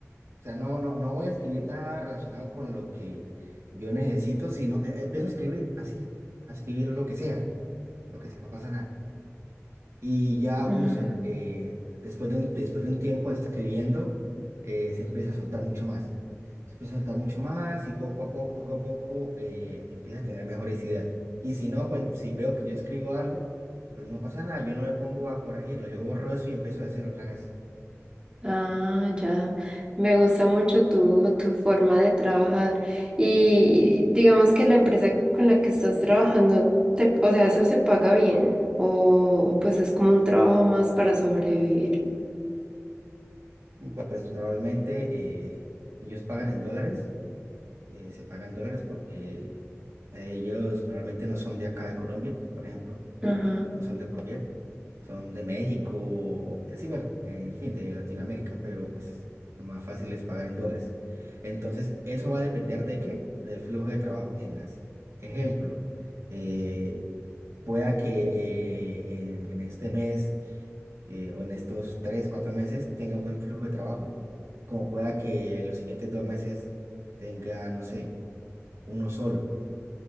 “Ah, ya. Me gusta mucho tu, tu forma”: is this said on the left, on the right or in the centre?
Right